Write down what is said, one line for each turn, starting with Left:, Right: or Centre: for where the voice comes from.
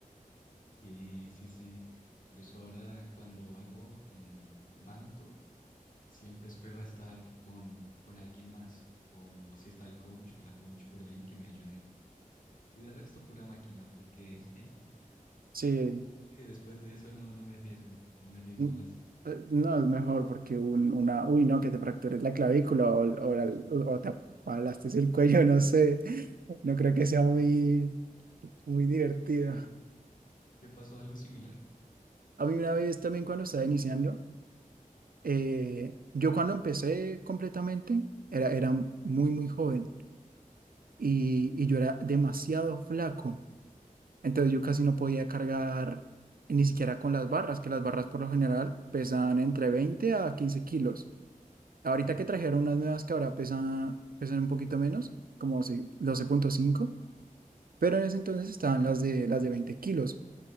Left: Y sí, sí. Por eso ahora cuando hago en banco, siempre espero a estar con, con alguien más. O si está el coach o la coach por ahí, que me ayuden. Y de resto, pura máquina, porque <laughs>
Right: Sí,
Left: Sí, después de eso no, no me arriesgo, no me arriesgo
Right: n-
Left: más.
Right: eh, no es mejor porque un- una, uy, no, que te fractures la clavícula o, o, la- o te aplastes el cuello, <laughs> no sé. No creo que sea muy,
Left: ¿Te ha-
Right: muy divertido.
Left: sí, ¿te ha pasado algo similar?
Right: A mí una vez también cuando estaba iniciando, eh, yo cuando empecé completamente era, era muy, muy joven y, y yo era demasiado flaco. Entonces yo casi no podía cargar ni siquiera con las barras, que las barras por lo general pesan entre 20 a 15 kilos. Ahorita
Left: Sí.
Right: que trajeron unas nuevas que ahora pesan, pesan un poquito menos, como si- doce punto cinco pero en ese entonces estaban las de, las de 20 kilos.